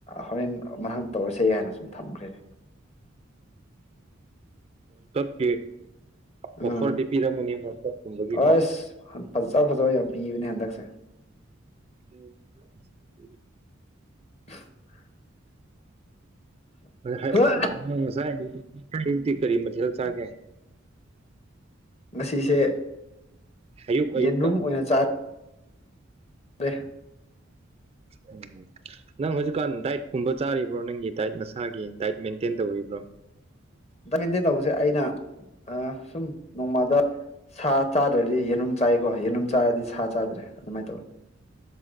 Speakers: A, on the left; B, on the right.
A: ꯍꯣꯔꯦꯟ ꯃꯍꯥꯛ ꯇꯧꯔꯁꯦ ꯍꯥꯏꯅ ꯁꯨꯝ ꯊꯝꯈ꯭ꯔꯦꯅꯦ
B: ꯀꯦ ꯑꯣꯐꯔꯗꯤ
A: ꯎꯝ
B: ꯄꯤꯔꯝꯒꯦ ꯃꯆꯥꯇꯣꯝꯕꯒꯤ ꯀꯣ
A: ꯑꯁ ꯐꯖ ꯐꯖꯕ ꯌꯥꯝ ꯄꯤꯕꯅꯦ ꯍꯟꯗꯛꯁꯦ
B: <unintelligible>
A: <inaudible>
B: ꯀꯔꯤ ꯍꯥꯢ
A: ꯍ
B: ꯑ ꯑꯁꯥꯢꯒꯤꯗꯤ ꯅꯪꯗꯤ ꯀꯔꯤ ꯃꯊꯦꯜ ꯆꯥꯒꯦ
A: ꯉꯁꯤꯁꯦ
B: ꯑꯌꯨꯛ
A: ꯌꯦꯟꯔꯨꯝ
B: ꯑꯌꯨꯛꯇ
A: ꯑꯣꯏꯅ ꯆꯥ <unintelligible>
B: ꯎꯝ ꯅꯪ ꯍꯧꯖꯤꯛꯀꯥꯟ ꯗꯥꯏꯠꯀꯨꯝꯕ ꯆꯥꯔꯤꯕ꯭ꯔꯣ ꯅꯪꯒꯤ ꯗꯥꯏꯠ ꯅꯁꯥꯒꯤ ꯗꯥꯏꯠ ꯃꯦꯟꯇꯦꯟ ꯇꯧꯔꯤꯕ꯭ꯔꯣ
A: ꯗ ꯃꯦꯟꯇꯦꯟ ꯇꯧꯕꯁꯦ ꯑꯩꯅ ꯁꯨꯝ ꯅꯣꯡꯃꯗ ꯁꯥ ꯆꯥꯗ꯭ꯔꯗꯤ ꯌꯦꯔꯨꯝ ꯆꯥꯏꯀꯣ ꯌꯦꯅꯨꯡ ꯆꯔꯗꯤ ꯁꯥ ꯆꯥꯗ꯭ꯔꯦ ꯑꯗꯨꯃꯥꯏꯅ ꯇꯧꯋꯦ